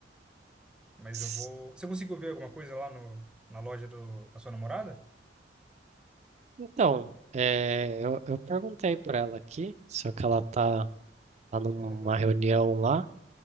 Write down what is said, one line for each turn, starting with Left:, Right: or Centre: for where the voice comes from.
Centre: mas
Right: S-
Centre: eu vou... Você conseguiu ver alguma coisa lá no... na loja do... da sua namorada?
Right: Então, é, eu, eu perguntei pra ela aqui, só que ela tá, tá numa
Centre: Aham.
Right: reunião lá.